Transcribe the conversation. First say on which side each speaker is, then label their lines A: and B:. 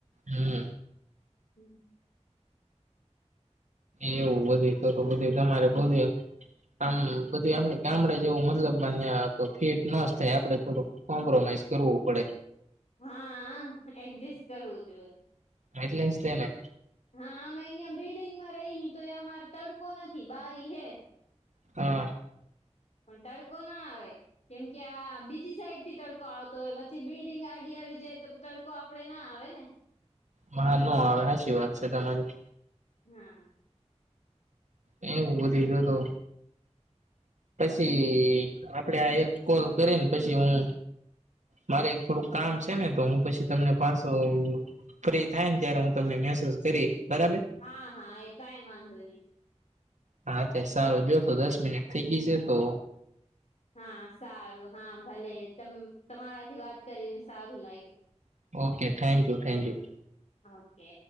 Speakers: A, on the right; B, on the left.
A: હમ
B: <inaudible>
A: એવું બધું તો તો બધું તમારે બધું આમ બધુ આપડે ગામડા જેવું મતલબ ન્યા તો ફીટ નોઝ થાય આપડે થોડુંક. કોમપરોમાઇઝ કરવું પડે.
B: હા હા એડજસ્ટ કરવું જોઈએ.
A: એટલે જ તેને.
B: હા અમે અહિયાં બિલ્ડીંગમાં રહીએ તો એ અમારે તડકો નથી બારી હે.
A: હા
B: પણ તડકો ના આવે કેમ કે આ બીજી સાઈડ તડકો આવતો હોય વચ્ચે બિલ્ડિંગ આડી આવી જાય તો તડકો આપડે ના આવે ને!
A: હા નો આવે હાચી વાત છે તમારી.
B: હમ
A: એ એવું બધું તો તો પશી આપડે આ એક કોલ કરીને પશી હું મારે એક થોડુંક કામ શે ને તો હું પશી તમને પાશો ફ્રી થાય ને ત્યારે હું તમને મેસેઝ કરી બરાબર?
B: હા હા કાઇ વાન્ધો નઈ.
A: હા તે સારું જો તો દસ મિનિટ થઈ ગઈ શે તો
B: હા સારું હા ભલે તમારાથી વાત કરીને સારું લાગ્યું.
A: Okay thank you, thank you.
B: Okay